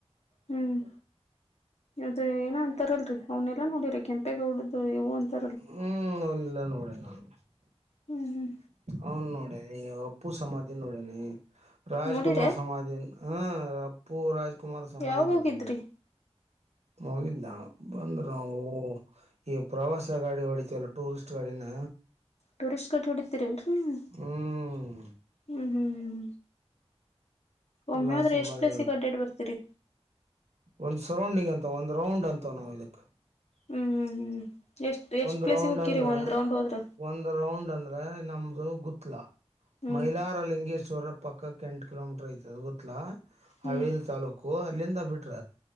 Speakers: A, on the left (about 75°); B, on the right (about 80°).
A: ಹ್ಮ್. ಅದ ಏನ ಅಂತಾರಲ್ರರಿ ಅವನೆಲ್ಲಾ ನೋಡರಿ ಕೆಂಪೇಗೌಡ್ದು ಇವು ಅಂತ.
B: ಹ್ಮ್ ಅವನ್ನೆಲ್ಲ ನೋಡೇನ್ ನಾನು
A: ಹ್ಮ್ ಹ್ಮ್.
B: ಅವನ್ ನೋಡನಿ ಅಪ್ಪು ಸಮಾಧಿ ನೋಡನಿ ರಾಜ್
A: ನೋಡಿರೆ
B: ಕುುಮಾರ್ ಸಮಾಧಿ. ಹಾ ಅಪ್ಪು ರಾಜ್ಕುಮಾರ್ ಸಮಾಧಿ
A: ಯಾವಾಗ
B: ನೋಡಗೆ.
A: ಹೋಗಿದ್ರಿ
B: ಹೋಗಿದ್ದ್ ಬಂದ್ರ ನಾವು ಈ ಪ್ರವಾಸ ಗಾಡಿ ಹೊಡಿತವಲ್ಲ ಟೂರಿಸ್ಟ್ ಗಾಡಿನ.
A: ಟೂರಿಸ್ಟ್ ಗಡಿ ಹೊಡಿತೀರಿ ನ್ರರಿ ನೀ
B: ಹ್ಮ್
A: ಹ್ಮ್ ಹ್ಮ್್ಮ. ಒಮ್ಮ
B: ಎಲ್ಲಾ
A: ಹೇಳದ್ರೆ
B: ಸಮಾಧಿ
A: ಎಷ್ಟ್ ಪ್ಲೇಸ್ಗೆ ಅಡ್ಡಡ್ ಬರ್ತೀರಿ.
B: ಒಂದ್ ಸರೌಂಡಿಂಗ್ ಅಂತ ಒಂದ್ ರೌಂಡ್ ಅಂತ ನಾವವು ಇದಕ್.
A: ಹ್ಮ್್ ಹ್ಮ್ ಎಷ್ಟ್ ಎಷ್ಟ್
B: ಒಂದ್
A: ಪ್ಲೇಸಿಗೆ
B: ರೌಂಡ್
A: ಹಕ್ಕಿರಿ
B: ಅಂದ್ರ
A: ಒಂದ್ ರೌಂಡ್ ಹೋದ್ರ.
B: ಒಂದ್ ರೌಂಡ್ ಅಂದ್ರ ನಮ್ದು ಗುತ್ಲ
A: ಹ್ಮ್
B: ಮಹಿಲಾರ ಲಿಂಗೇಶ್. ಚೂರ ಪಕ್ಕಕ್ಕೆ ಎಂಟ ಕಿಲೋಮೀಟರ್ ಐತದ ಗೊತ್ತಲಾ ಹಾವೇರಿ
A: ಹ್ಮ್
B: ತಾಲೂಕು ಅಲ್ಲಿಂದ ಬಿಟ್ರ.